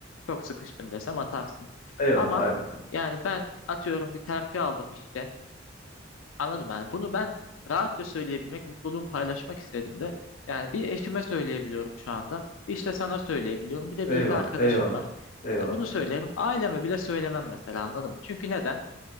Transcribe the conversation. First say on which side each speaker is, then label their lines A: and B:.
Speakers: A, on the left; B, on the left.
A: Çok sıkıştım desem atarsın.
B: Eyvallah
A: Ama
B: aynen kanka.
A: yani ben atıyorum bir terfi aldım işte. Anladım yani. Bunu ben rahatça söyleyebilmek, mutluluğumu paylaşmak istedim de. Yani bir eşime söyleyebiliyorum şu anda. İşte sana söyleyebiliyorum. Bir de bir
B: Eyvallah
A: iki arkadaşım
B: eyvallah.
A: var.
B: Eyvallah
A: Yani bunu
B: kanka.
A: söylerim. Aileme bile söylemem mesela anladın mı? Çünkü neden?